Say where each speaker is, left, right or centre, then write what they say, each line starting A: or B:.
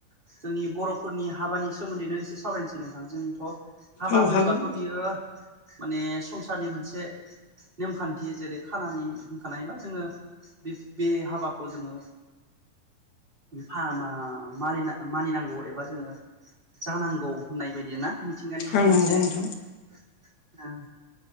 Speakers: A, on the right; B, on the left.
A: जोंनि बर'फोरनि हाबानि सोमोन्दैनो एसे सावरायनोसै नोंथां जोंथ' हाबा
B: औ
A: होनोब्लाथ'
B: हागोन
A: बियो माने संसारनि मोनसे नेमखान्थि जेरै खानानि होखानायबा जोंङो बे बे हाबाखौ जोंङो फाहामा मानि मानिनांगौ एबा जोंङो जानांगौ होननाय बायदिय ना मिथिंगानिफ्राय
B: औ नंगौ
A: मोनसे
B: नोंथां
A: ओ